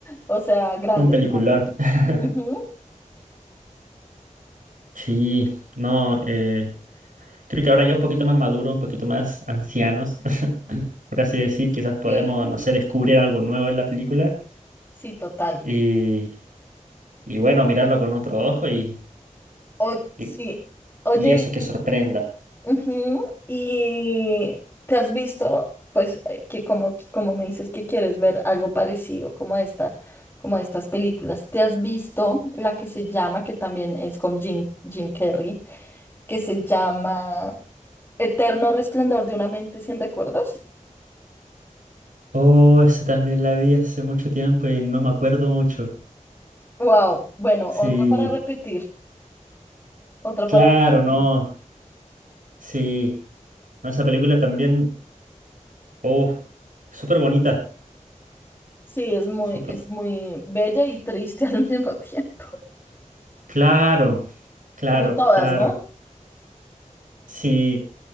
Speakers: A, on the left; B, on the right.
A: o sea, grande,
B: un peliculón.
A: grande.
B: <laughs>
A: Ujú,
B: Sí, no, eh, creo que ahora ya un poquito más maduro, un poquito más ancianos, <laughs> por así decir, quizás podemos,
A: sí,
B: no sé, descubrir algo nuevo en la película
A: sí, total.
B: y, y bueno, mirarlo con otro ojo y,
A: O,
B: y,
A: sí, oye,
B: y eso que sorprenda.
A: Ujú, Y te has visto, pues, eh, que como, como me dices que quieres ver algo parecido como a esta, como a estas películas, ¿te has visto la que se llama, que también es con Jim, Jim Carrey, que se llama Eterno Resplandor de una mente sin recuerdos?
B: Oh, esa también la vi hace mucho tiempo y no me acuerdo mucho.
A: Wow, bueno,
B: Sí,
A: otra para repetir, otra
B: claro,
A: para repetir.
B: no, sí. No, Esa película también. Oh, súper bonita.
A: Sí, es muy,
B: Súper...
A: es muy bella y triste <laughs> al mismo tiempo,
B: Claro, claro,
A: como todas,
B: claro.
A: ¿no?
B: Sí,